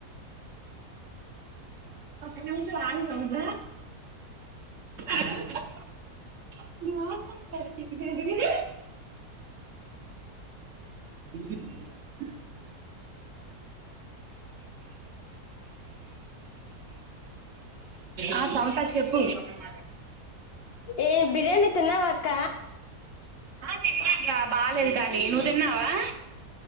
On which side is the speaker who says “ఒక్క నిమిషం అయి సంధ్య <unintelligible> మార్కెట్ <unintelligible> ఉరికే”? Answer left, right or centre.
Right